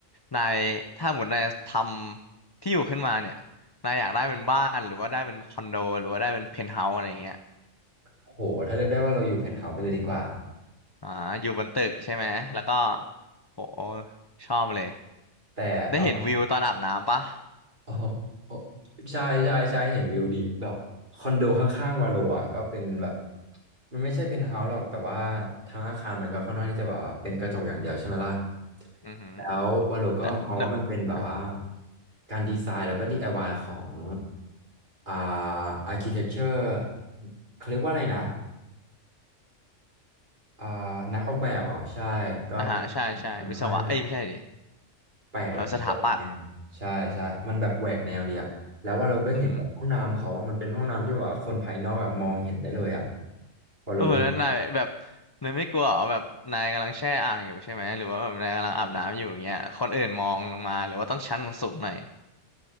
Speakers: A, on the left; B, on the right.
A: นายถ้าหมดนายทำที่อยู่ขึ้นมาเนี่ยนายอยากได้เป็นบ้านหรือว่าได้เป็นคอนโดหรือว่าได้เป็นเพนท์เฮาส์อะไรเงี้ย
B: โอ้โหถ้าเลือกได้ว่าเราอยู่เพนท์เฮาส์ไปเลยดีกว่า
A: อ่าอยู่บนตึกใช่ไหมแล้วก็โหชอบเลย
B: แต่เอา
A: ได้เห็นวิวตอนอาบน้ำปะ
B: โอ้โหโอ้ใช่ใช่ใช่เห็นวิวดีแบบคอนโดข้างๆวาโลอ่ะก็เป็นแบบมันไม่ใช่เพนท์เฮาส์หรอกแต่ว่าทางอาคารมันก็ค่อนข้างที่จะแบบว่าเป็นกระจกอย่างเดียวใช่ไหมล่ะ
A: อือหือ
B: แล้ววาโลก็มองว่ามันเป็นแบบว่า
A: แล้วแล้วอ่า
B: การดีไซน์แล้วก็ DIY ของอ่าอาร์คิเทคเจอร์เขาเรียกว่าอะไรนะอ่านักออกแบบเหรอใช่ก็
A: อ่าฮะใช่ใช่วิศวะเอ้ยไม่ใช่ดิ
B: มันค่อนข้างที่จะ แปลกแล้วก็แหวกแนว
A: เออสถาปัตย์
B: ใช่ใช่มันแบบแหวกแนวดีอะแล้วว่าเราก็เห็นแบบห้องน้ำเขาว่ามันเป็นห้องน้ำที่แบบว่าคนภายนอกอะมองเห็นได้เลยอะ
A: อือหือ
B: ว่าเรารู้สึกแบบ
A: เออแล้วนายแบบนายไม่กลัวเหรอแบบนายกำลังแช่อ่างอยู่ใช่ไหม หรือว่าแบบนายกำลังอาบน้ำอยู่อย่างเงี้ยคนอื่นมองลงมา หรือว่าต้องชั้นสูงหน่อย